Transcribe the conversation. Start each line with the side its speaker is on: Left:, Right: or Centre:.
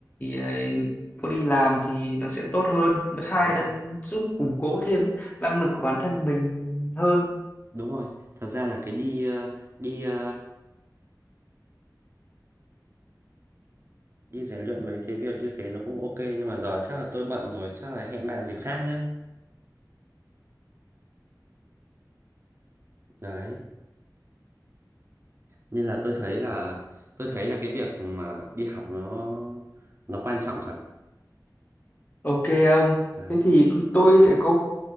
Left: ấy, có đi làm thì nó sẽ tốt hơn thứ hai
Right: đúng
Left: là
Right: rồi
Left: giúp củng cố thêm năng lực của bản thân mình hơn
Right: đúng rồi thật ra là cái đi ờ, đi ờ, đi rèn luyện mấy cái việc như thế nó cũng ok nhưng mà giờ chắc là tôi bận rồi chắc là hẹn bạn dịp khác nhé đấy nên là tôi thấy là tôi thấy là cái việc mà đi học nó nó quan trọng thật
Left: ok ông
Right: đấy
Left: Thế thì tôi lại có